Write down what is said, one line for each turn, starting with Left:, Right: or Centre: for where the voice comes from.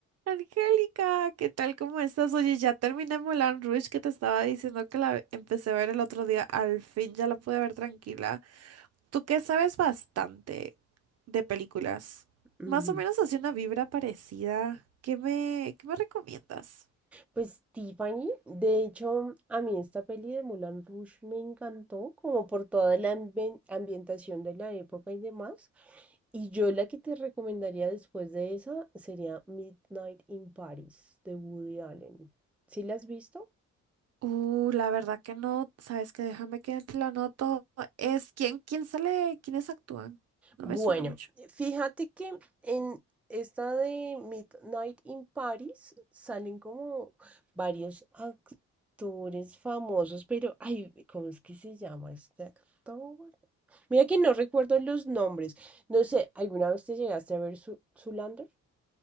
Right: Angélica, ¿qué tal? ¿Cómo estás? Oye, ya terminé Moulin Rouge que te estaba diciendo que la empecé a ver el otro día. Al fin ya la pude ver tranquila. Tú que sabes bastante de películas.
Centre: Ujú.
Right: Más o menos así una vibra parecida. ¿Qué me, qué me recomiendas?
Centre: Pues Tiffany, de hecho, a mí esta peli de Moulin Rouge me encantó, como por toda la ambi- ambientación de la época y demás. Y yo la que te recomendaría después de esa sería Midnight in Paris de Woody Allen. ¿Sí la has visto?
Right: Uh, la verdad que no. ¿Sabes qué? Déjame que la anoto. Es quién, quién sale, quiénes actúan. No
Centre: Bueno,
Right: me suena mucho.
Centre: fíjate que en esta de Midnight in Paris salen como varios actores famosos, pero ay, ¿cómo es que se llama este actor? Mira que no recuerdo los nombres. No sé, ¿alguna vez te llegaste a ver su Zoolander?